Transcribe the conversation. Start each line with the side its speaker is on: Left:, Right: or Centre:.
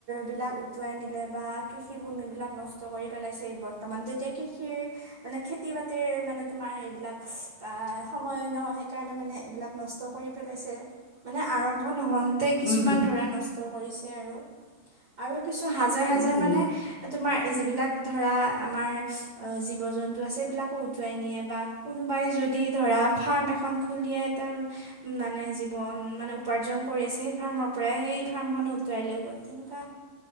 Right: বিলাক উটুৱাই নিলে বা কৃষিভূমিবিলাক নষ্ট কৰি পেলাইছে বৰ্তমান এতিয়া কৃষিৰ মানে খেতি বাতিৰ মানে তোমাৰ এইবিলাক আহ সময়ো ন সেইকাৰণে মানে এইবিলাক নষ্ট কৰি পেলাইছে মানে আৰম্ভ নহ'ল। তাতে কিছুমান
Left: উম উম
Right: ধৰা নষ্ট কৰিছে আৰু আৰু কিছু হাজাৰ, হাজাৰ
Left: উম উম
Right: মানে তোমাৰ যিবিলাক ধৰা আমাৰ জীৱ জন্তু আছে সেই বিলাকো উটুৱাই নিয়ে বা কোনোবাই যদি ধৰা ফাৰ্ম এখন খুলিয়াই তেওঁ মানে জীৱন মানে উপাৰ্জন কৰি আছে সেই ফাৰ্মৰ পৰাই সেই ফাৰ্মখনো উটৱাই লৈ গ'ল তেনেকুৱা